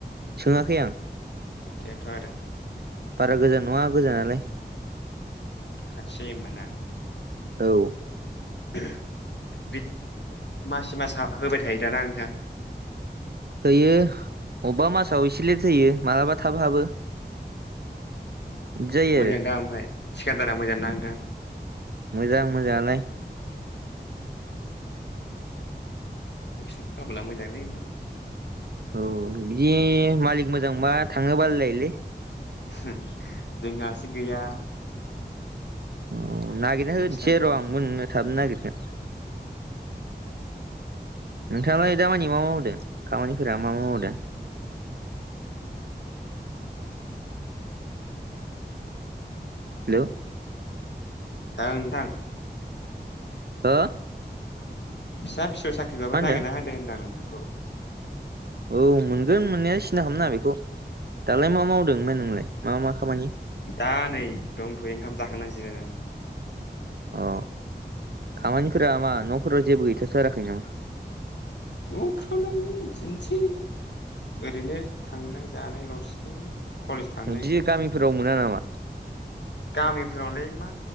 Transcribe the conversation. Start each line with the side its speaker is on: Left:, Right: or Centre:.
Right: सोङाखै
Left: अ
Right: आं
Left: खोन्थायाथ' आरो
Right: बारा गोजान नङा गोजानालाय
Left: खाथि जायो होमबाना?
Right: औ
Left: <unintelligible> मासि मास हा होबाय थायो दा ना नोंथां?
Right: होयो अबेबा मासाव एसे लेट जायो मालाबा थाब हाबो। जायो
Left: मोजांदा
Right: आरो
Left: ओमफ्राय थिखादारा मोजांना नोंथां?
Right: मोजां मोजाङालाय
Left: नोंसोरनि खाफाला मोजांलै नोंथां।
Right: औ बिदि मालिक मोजांबा थाङो बालायलायोलै
Left: हो जोंहासो गैया।
Right: अ नागिरना
Left: नोंसिनानो
Right: होनोसै र'
Left: मोजां
Right: आंबो नोंनो थाबनो नागिरगोन। नोंथाङालाय दामानि मा मावदों खामानिफोरा मा मा मावदों? हेल'
Left: ओ नोंथां
Right: हो
Left: फिसा फिसौ साख्रिबाबो
Right: मा होनदों
Left: नागिरना होदो होनदां नोंथांखौ
Right: औ मोनगोन मोननाया सिनथा खालामनाङा बेखौ दालाय मा मावदों ओमफ्राय नोंलाय मा मा खामानि?
Left: दा नै दंथ'यो ओंखाम जाखांना जिरायनानै
Right: अ खामानिफोरा मा न'फोराव जेबो गैथा थाराखै नामा?
Left: न'फ्रावलाय बिदिनोसै ओरैनो थांनाय जानाय ल'सै लै। कलेज थांनाय
Right: बिदि गामिफोराव मोना नामा
Left: गामि फ्रावलाय मा